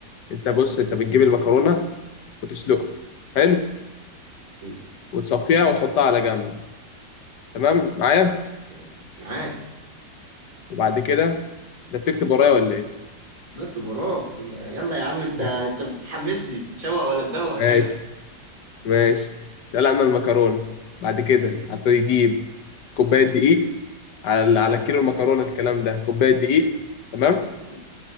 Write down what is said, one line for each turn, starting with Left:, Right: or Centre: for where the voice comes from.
Left: انت بص انت بتجيب المكرونه وتسلقها
Right: جميل
Left: حلو
Right: امم
Left: وتصفيها وتحطها على جنب تمام
Right: تمام
Left: معايا
Right: تمام معاك
Left: وبعد كده ده بتكتب ورايا ولا ايه
Right: بكتب وراك يا- يلا يا عم انت
Left: <laughs>
Right: انت بتحمسني شوق ولا تدوق
Left: ماشي
Right: كده
Left: ماشي سلقنا المكرونه بعد كده
Right: جميل
Left: هتجيب كوبايه دقيق على
Right: تمام
Left: على كيلو المكرونه الكلام ده كوبايه دقيق تمام
Right: تمام